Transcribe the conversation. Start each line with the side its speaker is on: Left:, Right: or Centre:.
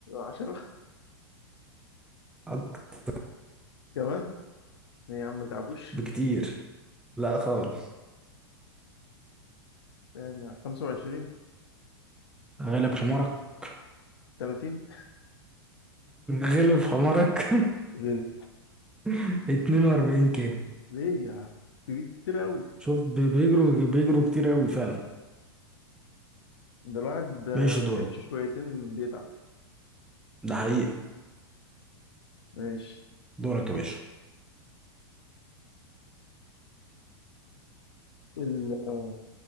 Left: عشرة
Centre: <laughs> اكتر
Left: <laughs> كمان ليه يا عم متعبوش
Centre: بكتير لا خالص
Left: يعني خمسة وعشرين
Centre: غلب حمارك <laughs>
Left: تلاتين
Centre: غلب حمارك
Left: غير
Centre: <laughs> 42 كيلو
Left: ليه يا كبير كتير أوي
Centre: شوف بي- بيجروا بيجروا كتير قوي فعلا
Left: ده الواحد آه،
Centre: ماشي دورك
Left: بيمشي شويتين بيتعب
Centre: ده حقيقة
Left: ماشي
Centre: دورك يا باشا
Left: ال- آه،